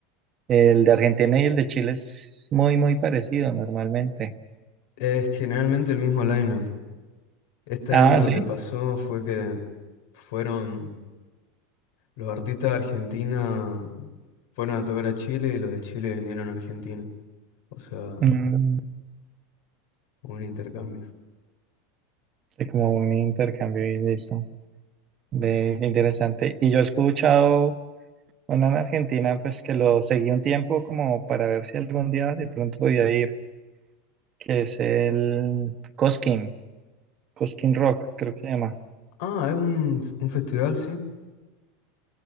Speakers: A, on the right; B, on the left.
A: El de Argentina y el de Chile es muy, muy parecido normalmente.
B: Es generalmente el mismo lineup. Este
A: Ah,
B: año lo
A: sí.
B: que pasó fue que fueron los artistas de Argentina fueron a tocar a Chile y los de Chile vinieron a Argentina. O sea,
A: Mm.
B: un intercambio.
A: Sí, como un intercambio y listo. Ve, qué interesante. Y yo he escuchado una en Argentina, pues que lo seguí un tiempo como para ver si algún día de pronto podía ir, que es el Cosquín, Cosquín Rock, creo que se llama.
B: Ah, es un, un festival, sí.